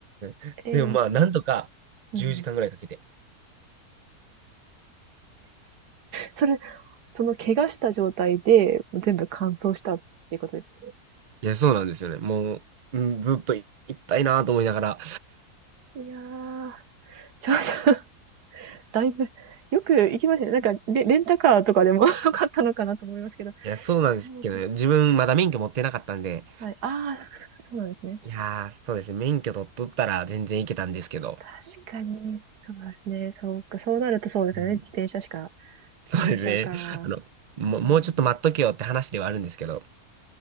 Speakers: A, on the right; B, on the right.
A: <laughs>
B: ええ、
A: でもまあ、
B: でも
A: なんとか10時間ぐらいかけて。
B: うん。それ、その怪我した状態で、全部乾燥したっていうことですよね。
A: いや、そうなんですよね。もう、うん、ずっと行きたいなと思いながら。
B: いやー、ちょっとだいぶ、よく行きましたね。なんか、レレンタカーとかでも <laughs> よかったのかなと思いますけど。
A: いや、そうなんですけどね。
B: 僕
A: 自分まだ免許持ってなかったんで、
B: はい。ああ、そうなんですね。
A: いやー、そうですね。免許取っとったら全然行けたんですけど。
B: 確かに、そうですね。そうか、そうなるとそうですよね。
A: うん
B: 自転車しか、
A: <laughs> そうですね。
B: 自転車か。
A: あの、も、もうちょっと待っとけよって話ではあるんですけど。
B: うん、